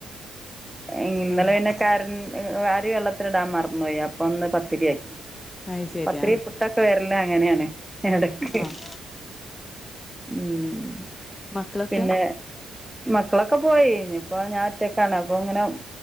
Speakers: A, in the centre; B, on the left.
A: ഇന്നലെ
B: ആഹ്
A: പിന്നെ കരൺ അരി വെള്ളത്തിലിടാൻ മറന്നോയി അപ്പന്ന് പത്തിരിയാക്കി
B: അത് ശരി
A: പത്തിരി
B: ആഹ്
A: ക്കൊക്കെ വര്ല് അങ്ങനേണ് എടക്ക്
B: ആഹ്
A: ഉം
B: മക്കളൊക്കെ
A: പിന്നെ മക്കളൊക്കെ പോയി ഇഞ്ഞിപ്പൊ ഞാൻ ഒറ്റക്കാണ് അപ്പങ്ങനെ